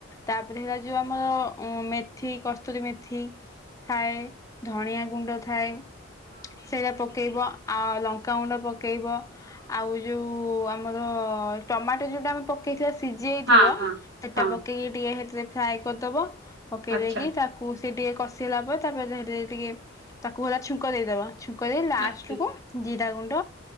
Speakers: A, on the left; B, on the right.
A: ତାପରେ ହେଲା ଯୋଉ ଆମର ମେଥି କସ୍ତୁରୀ ମେଥି ଥାଏ ଧଣିଆ ଗୁଣ୍ଡ ଥାଏ। ସେରା ପକେଇବ ଆଉ ଲଙ୍କାଗୁଣ୍ଡ ପକେଇବ। ଆଉ ଯୋଉ ଆମର ଟମାଟୋ ଯୋଉଟା ଆମେ ପ ସିଜେଇଥିବା ସିଝି ଯାଇଥିବ
B: ହଁ, ହଁ,
A: ସେଟା
B: ହଁ,
A: ପକେଇକି ଟିକେ ହେଥିରେ ଫ୍ରାଏ କରିଦବ ପକେଇ
B: ଆଚ୍ଛା,
A: ଦେଇକି ତାକ ସେ ଟିକେ କଷେଇଲା ପରେ ତାପରେ ଧଲେ ଟିକେ ତାକୁ ହେଲା ଛୁଙ୍କ ଦେଇଦବ କରି ଲାଷ୍ଟକୁ
B: ଆଚ୍ଛା,
A: ଜିରା ଗୁଣ୍ଡ